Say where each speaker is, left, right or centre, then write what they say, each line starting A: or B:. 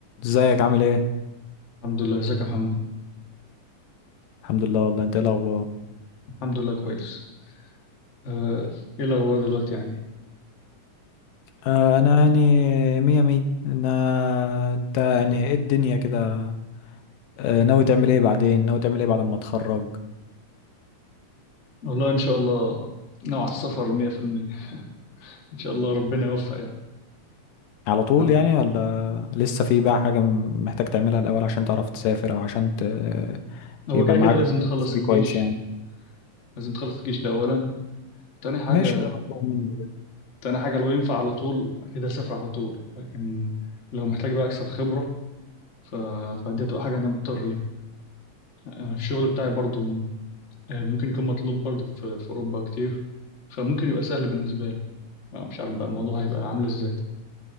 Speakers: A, on the left; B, on the left.
A: ازيك عامل ايه
B: الحمد لله ازيك يا محمد
A: الحمد لله والله انت ايه الاخبار
B: الحمد لله كويس آه، ايه الاخبار دلوقتي يعني
A: آه انا يعني مية مية انا انت يعني ايه الدنيا كده آه ناوي تعمل ايه بعدين ناوي تعمل ايه بعد ما تخرج
B: والله ان شاء الله نوع السفر 100% <laughs> ان شاء الله ربنا يوفق يعني
A: على طول
B: حب-
A: يعني ولا لسه في بقى حاجة م- محتاج تعملها الاول عشان تعرف تسافر او عشان ت...
B: هو
A: يبقى
B: كده
A: معاك
B: كده لازم تخلص
A: سي في
B: الجيش
A: كويس يعني
B: لازم تخلص الجيش ده اولا تاني حاجه
A: ماشي ده مطلوب مني
B: تاني حاجه لو ينفع على طول اكيد هسافر على طول لكن لو محتاج بقى اكسب خبره ف... فدي هتبقى حاجه انا مضطر ليها انا في الشغل بتاعي برضو آه، ممكن يكون مطلوب برضه في في أوروبا كتير فممكن يبقى سهل بالنسبة لي آه، مش عارف بقى الموضوع هيبقى عامل إزاي